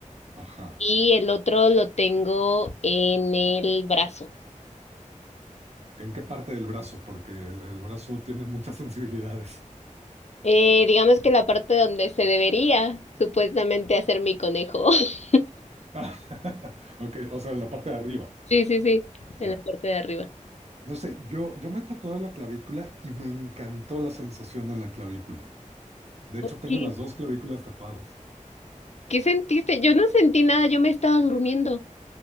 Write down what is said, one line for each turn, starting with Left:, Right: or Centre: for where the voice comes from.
Right: Ajá.
Left: y el otro lo tengo en el brazo.
Right: ¿En qué parte del brazo? Porque el brazo tiene muchas sensibilidades.
Left: Eh, digamos que la parte donde se debería supuestamente hacer mi conejo. <laughs>
Right: <laughs> Ok, o sea, en la parte de arriba,
Left: Sí, sí, sí, en
Right: ya.
Left: la parte de arriba.
Right: No sé, yo, yo me tatué la clavícula y me encantó la sensación en la clavícula. De
Left: Ok.
Right: hecho, tengo las dos clavículas tatuadas.
Left: ¿Qué sentiste? Yo no sentí nada, yo me estaba durmiendo.